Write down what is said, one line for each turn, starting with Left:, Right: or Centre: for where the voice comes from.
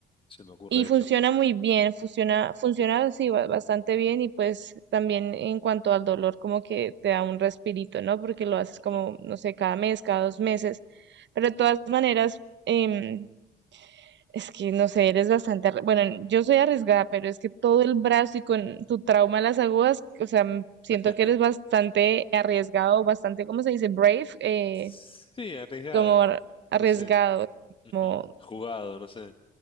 Left: se me ocurre
Right: Y funciona
Left: eso.
Right: muy bien, funciona, funciona así ba- bastante bien y pues también en cuanto al dolor como que te da un respirito, ¿no? Porque lo haces
Left: Ujú.
Right: como, no sé, cada mes, cada dos meses. Pero de todas maneras, em, es que no sé, eres bastante, arre- bueno, yo soy arriesgada, pero es que todo el brazo y con tu trauma de las agujas, o sea, m- siento
Left: <laughs>
Right: que eres bastante arriesgado, bastante, ¿cómo se dice? Brave, eh,
Left: Sí, arriesgado,
Right: como ar- arriesgado,
Left: no sé. Ujú.
Right: como
Left: Jugado, no sé.